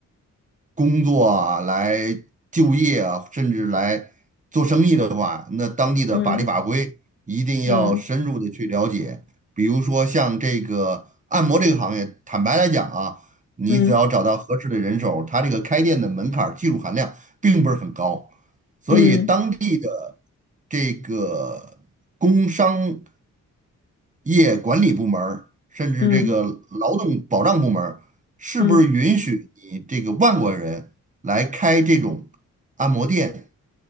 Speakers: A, on the right (about 25°); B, on the left (about 35°).
A: 工作啊，来就业啊，甚至来做生意的话，那当地的法律法规一定要深入的去了解。
B: 嗯嗯
A: 比如说像这个按摩这个行业，坦白来讲啊，你只要找到合适的人手，
B: 嗯
A: 它这个开店的门槛儿技术含量并不是很高，所以当地的
B: 嗯
A: 这个工商。业管理部门儿甚至这个劳动保障部门儿是不是允许你这个外国人来开这种按摩店？
B: 嗯嗯。嗯嗯